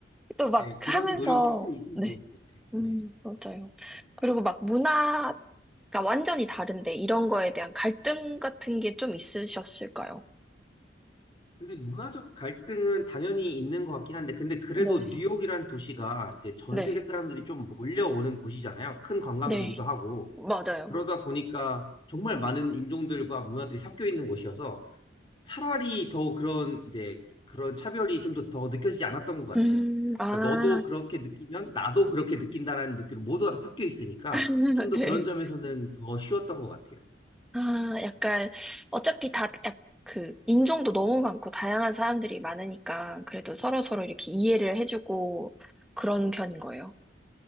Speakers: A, in the centre; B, on the left (about 30°).
A: 또 막
B: 네, 그런
A: 하면서,
B: 노력이 조금 있으면
A: 네.
B: 좋을 것 같아요.
A: 음,
B: 네.
A: 맞아요. 그리고 막 문화가 완전히 다른데 이런 거에 대한 갈등 같은 게 좀 있으셨을까요?
B: 근데 문화적 갈등은 당연히 있는 것 같긴 한데, 근데 그래도
A: 네.
B: 뉴욕이란 도시가 이제 전
A: 네,
B: 세계 사람들이 좀 몰려오는 곳이잖아요. 큰 관광지기도
A: 네,
B: 하고.
A: 맞아요.
B: 그러다 보니까 정말 많은 인종들과 문화들이 섞여 있는 곳이어서 차라리 더 그런 이제 그런 차별이 좀 더 더 느껴지지 않았던 것 같아요.
A: 음, 아,
B: 그러니까 너도 그렇게 느끼면 나도 그렇게 느낀다라는 느낌 모두가 다 섞여 있으니까
A: <laughs>
B: 좀 더
A: 네.
B: 그런 점에서는 더 쉬웠던 것 같아요.
A: 아, 약간, 어차피 다, 약, 그, 인종도 너무 많고, 다양한 사람들이 많으니까, 그래도 서로서로 이렇게 이해를 해주고, 그런 편인 거예요.